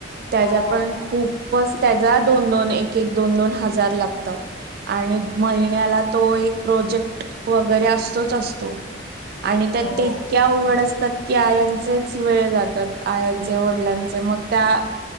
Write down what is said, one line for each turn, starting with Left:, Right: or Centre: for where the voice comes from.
Right: त्याच्या
Left: हो
Right: पण
Left: तो
Right: खूपच त्याचा दोन दोन एक एक दोन दोन हजार लागतात. आणि महिन्याला तो एक प्रोजेक्ट वगैरे असतोच असतो. आणि त्यात
Left: हो.
Right: ते इतक्या उघड असतात की आयाचेच वेळ जात आयाचे वडिलांचे मग त्या